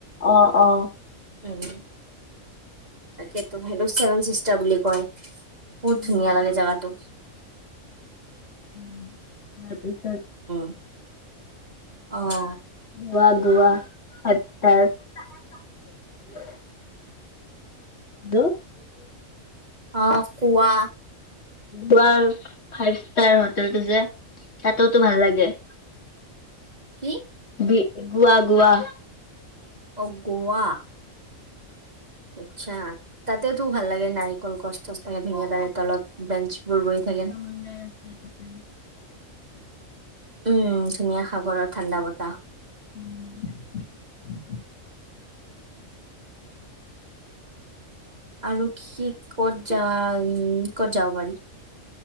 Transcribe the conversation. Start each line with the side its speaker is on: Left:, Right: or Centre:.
Left: অ', অ'।
Right: উম। তাকেতো সিটোক চেভেন চিষ্টা বুলি কয়। বহুত
Left: উম,
Right: ধুনীয়া লাগে জাগাটো।
Left: উম ত তছা
Right: <inaudible> আহ
Left: গোৱা গোৱা <unintelligible> <unintelligible>
Right: অ' কোৱা?
Left: গ ফাইভ ষ্টাৰ হোটেলটো যে তাতোতো ভাল লাগে
Right: কি
Left: বি গোৱা গোৱা।
Right: অ' গোৱা। আচ্ছা। তাতেওতো ভাল লাগে নাৰিকল গছ ঠছ তে ধেঙীয়া তালাৰে তলত বেঞ্চ বোৰ বহ থাকে
Left: সমুন্দৰ আছে তাতে
Right: উম, ধুনীয়া সাগৰৰ ঠাণ্ডা বতাহ।
Left: উম
Right: আৰু কি কি ক'ত যোৱাা উ ক'ত যাব পাৰি